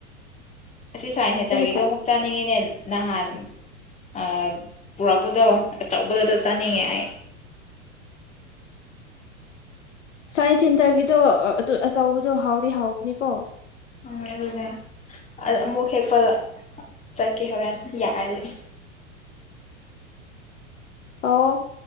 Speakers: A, on the left; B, on the left.
A: ꯑꯁꯤ ꯁꯥꯏꯅ ꯍꯥꯏꯇꯥꯔꯒꯗꫭ
B: ꯊ
A: ꯑꯃꯨꯛ ꯆꯥꯅꯤꯡꯉꯦꯅꯦ ꯅꯍꯥꯟ ꯑ ꯄꯨꯔꯛꯄꯗꯣ ꯑꯆꯧꯕꯗꯨ ꯑꯗꫭ ꯆꯥꯅꯤꯡꯉꯦ ꯑꯩ
B: ꯁꯥꯏꯟꯁ ꯁꯦꯟꯇꯔꯒꯤꯗꯣ ꯑꯗꯨ ꯑꯆꯧꯕꯗꯣ ꯍꯥꯎꯗꯤ ꯍꯥꯎꯕꯅꯤꯀꯣ
A: ꯎ ꯑꯗꯨꯅꯦ ꯑ ꯑꯃꯨꯛ ꯍꯦꯛꯄ ꯆꯠꯀꯦ ꯍꯣꯔꯦꯟ ꯌꯥꯔꯁꯦ
B: ꯑꯣ